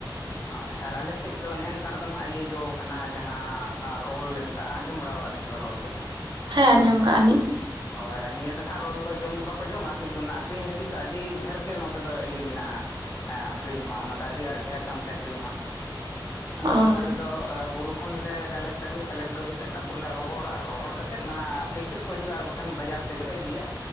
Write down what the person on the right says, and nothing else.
ᱦᱮᱸ ᱟᱸᱡᱚᱢ ᱠᱟᱜᱼᱟ ᱞᱤᱧ ᱾
ᱚ